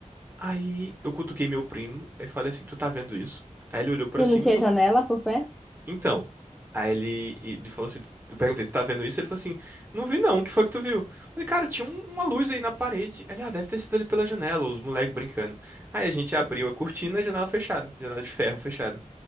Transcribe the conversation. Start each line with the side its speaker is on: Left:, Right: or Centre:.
Right: Aí eu cutuquei meu primo e falei assim: Tu tá vendo isso? Aí ele olhou pra
Centre: E
Right: cima
Centre: não tinha
Right: e falou:
Centre: janela por pé?
Right: Então, aí ele, ele falou assim, eu perguntei, tu tá vendo isso? Ele falou assim, não vi não, o que foi que tu viu? Eu Falei, cara, tinha um- uma luz aí na parede. Ele, ah, deve ter sido ali pela janela, os moleques brincando. Aí a gente abriu a cortina, a janela fechada, janela de ferro fechada.